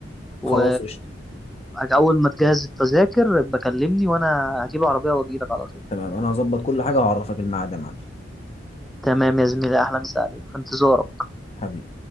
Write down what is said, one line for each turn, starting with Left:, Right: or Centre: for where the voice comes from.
Centre: و
Left: خلاص قشطة
Centre: أول ما تجهز التذاكر بكلمني وأنا هجيب عربية وأجيلك على طول
Left: تمام انا هظبط كل حاجة وهعرفك الميعاد يا معلم
Centre: تمام يا زميلي أحلى مسا عليك في انتظارك
Left: حبيبي